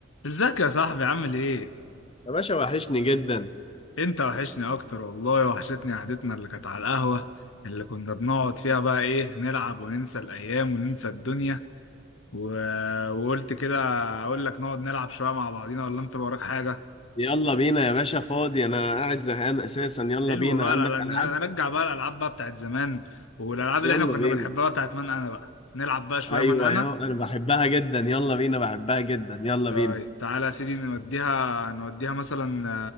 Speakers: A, on the left; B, on the left.
A: ازيك يا صاحبي عامل ايه؟
B: يا باشا وحشني جدا
A: انت وحشني اكتر والله وحشتني قعدتنا اللي كانت على القهوة اللي كنا بنقعد فيها بقى ايه نلعب وننسى الايام وننسى الدنيا و... وقلت كده اقول لك نقعد نلعب شوية مع بعضينا ولا انت اللي وراك حاجة؟
B: يلا بينا يا باشا فاضي انا قاعد زهقان اساسا يلا
A: حلو
B: بينا
A: بقى
B: عندك
A: لا- لا،
B: العاب
A: نرجع بقى الالعاب بقى بتاعت زمان والالعاب اللي
B: يلا
A: احنا كنا
B: بينا
A: بنحبها بتاعت من انا بقى نلعب بقى شوية
B: ايوه
A: من انا
B: يا انا بحبها جدا يلا بينا بحبها جدا يلا
A: طيب
B: بينا
A: تعالى يا سيدي نوديها نوديها مثلا